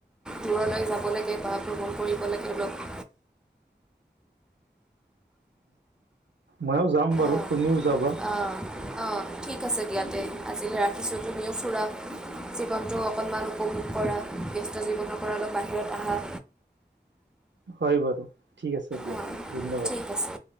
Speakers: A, in the centre; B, on the right.
A: দূৰলৈ যাব লাগে বা ভ্ৰমণ কৰিব লাগে অলপ।
B: মইয়ো যাম বাৰু,
A: অঁ
B: তুমিও যাবা।
A: অঁ অঁ ঠিক আছে দিয়া তে, আজিলৈ ৰাখিছোঁ, তুমিও ফুৰা। জীৱনটো অকণমান উপভোগ কৰা, ব্যস্ত জীৱনৰ পৰা অলপ বাহিৰত আহা।
B: হয় বাৰু, ঠিক আছে দিয়া,
A: অঁ
B: ধন্যবাদ।
A: ঠিক আছে